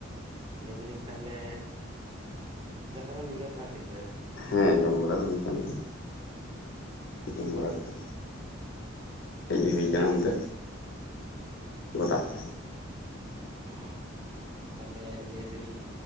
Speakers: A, on the right (about 25°); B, on the left (about 70°).
A: ᱞᱟᱹᱭ ᱫᱟᱞᱤᱧ ᱛᱟᱦᱚᱞᱮ ᱫᱟᱠᱟ ᱠᱚᱵᱤᱧ ᱡᱚᱢ ᱵᱟᱲᱟ ᱠᱮᱫᱟ ᱥᱮ ᱟᱹᱣᱨᱤ
B: ᱦᱮᱸ ᱡᱚᱢ ᱵᱟᱲᱟ ᱫᱚ ᱦᱩᱭ ᱟᱠᱟᱱ ᱜᱮᱭᱟ ᱡᱚᱢ ᱵᱟᱲᱟ ᱠᱟᱛᱮ ᱦᱮᱡ ᱦᱩᱭ ᱟᱠᱟᱱᱟ ᱚᱱᱛᱮ ᱜᱚᱰᱟ ᱥᱮᱫ
A: ᱦᱚᱸ ᱛᱟᱦᱚᱞᱮ ᱞᱟᱹᱭ ᱮ ᱫᱟᱞᱤᱧ